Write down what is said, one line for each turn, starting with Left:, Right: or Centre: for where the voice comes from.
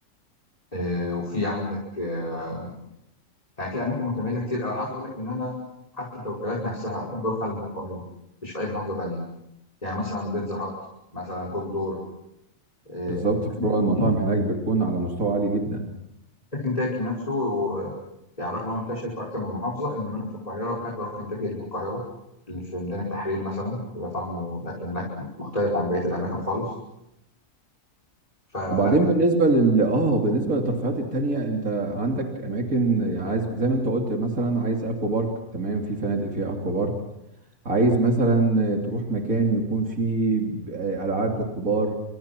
Left: آه، وفي عندك آه، يعني في اماكن متميزه كتير قوي انا عايز اقول لك ان انا حتى التوكيلات نفسها بحب اروح على اللي في القاهره مش في اي محافظه تانية يعني مثلا بيتزا هات مثلا كوك دور آه،
Right: بالظبط فروع
Left: الاماكن
Right: المطاعم
Left: دي
Right: هناك بتكون على مستوى عالي جدا
Left: كنتاكي نفسه و- يعني رغم انه منتشر في اكثر من محافظه انما انا في القاهره بحب اروح كنتاكي اللي في القاهره اللي في ميدان التحرير مثلا بيبقى طعمه الاكل هناك مختلف عن بقيه الاماكن خالص فلا
Right: وبعدين بالنسبه لل اه بالنسبه للترفيهات التانية انت عندك اماكن عايز زي ما انت قلت مثلا عايز اكوا بارك تمام في فنادق فيها اكوا بارك عايز مثلا تروح مكان يكون فيه آه، العاب للكبار